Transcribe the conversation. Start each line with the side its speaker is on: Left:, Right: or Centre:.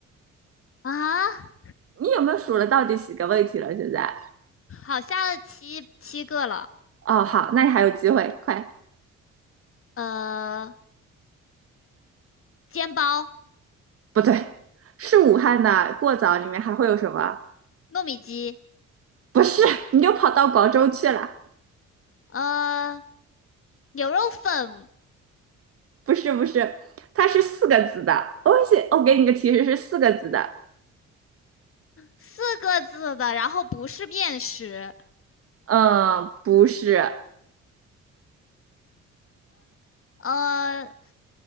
Left: 啊，
Right: 你有没有数了到底几个问题了？现在，
Left: 好，下了七七个了。
Right: 哦，好，那你还有机会，快，
Left: 呃，煎包、
Right: 不对，是武汉的过早里面还会有什么？
Left: 糯米鸡，
Right: 不是，你就跑到广州去了，
Left: 呃，牛肉粉，
Right: 不是，不是，它是四个字的，我写，我给你个提示，是四个字的。
Left: 四个字的，然后不是面食。
Right: 嗯，不是，
Left: 呃，